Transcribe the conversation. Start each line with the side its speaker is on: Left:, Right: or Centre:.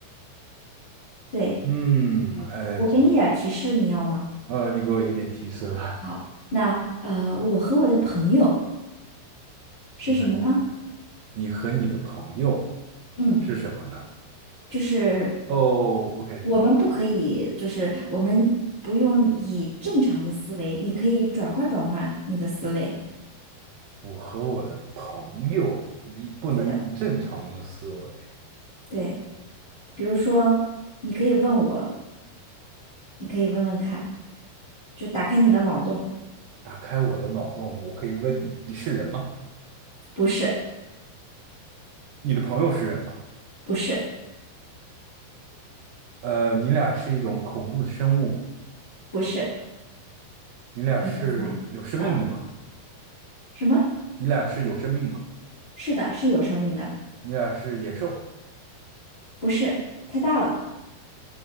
Left: 对，
Right: 嗯，呃，
Left: 我给你点儿提示，
Right: 这就
Left: 你要吗？
Right: 呃，你给我一点提示吧。
Left: 好，那呃，我和我的朋友是什么呢？
Right: 你你和你的朋友
Left: 嗯。
Right: 是什么呢？
Left: 就是
Right: 哦，OK，
Left: 我们不可以，就是我们不用以正常的思维，你可以转换转换你的思维。
Right: 我和我的朋友一不能用正常的思维
Left: 对的，对，比如说，你可以问我，你可以问问看，就打开你的脑洞，
Right: 打开我的脑洞，我可以问你，你是人吗？
Left: 不是，
Right: 你的朋友是人吗？
Left: 不是，
Right: 呃，你俩是一种恐怖的生物吗？
Left: 不是，
Right: 你俩是有生命的吗？
Left: 你再猜，嗯，什么？
Right: 你俩是有生命吗？
Left: 是的，是有生命的，
Right: 你俩是野兽？
Left: 不是，太大了，